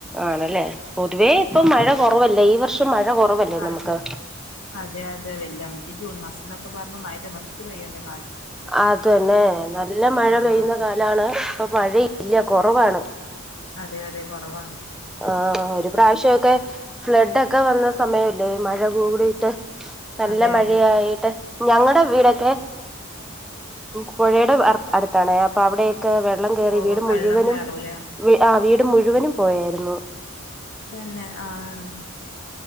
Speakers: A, in the centre; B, on the left (about 80°).
A: ആണല്ലേ പൊതുവേ ഇപ്പൊ മഴ കുറവല്ല ഈ വർഷം മഴ കുറവല്ലേ നമുക്ക്
B: അതെ അതെ അതെ വല്ല മറ്റേ ജൂൺ മാസം എന്നൊക്കെ പറഞ്ഞ മഴ തിമർത്ത് പയ്യണ്ടേ
A: അതന്നെ നല്ല മഴ
B: ആഹ്
A: പെയ്യുന്ന കാലാണ് ഇപ്പൊ മഴ ഇല്ല. കുറവാണ്
B: അതെ അതെ കുറവാണ്.
A: ആ ഒരു പ്രാവശ്യമൊക്കെ ഫ്ലഡ് ഒക്കെ വന്ന സമയമില്ലേ ഈ മഴ കൂടിട്ട് നല്ല
B: അതെ
A: മഴയായിട്ട്
B: അതെ
A: ഞങ്ങടെ വീടൊക്കെ പുഴയുടെ അടു അടുത്താണ് അപ്പൊ അവിടെ യൊക്കെ വെള്ളം കയറി
B: ഓ
A: വീട്
B: വെള്ളം
A: മുഴുവനും
B: കയറൂലേ
A: ആ വീട് മുഴുവനും പോയാരുന്നു
B: പിന്നെ ആഹ്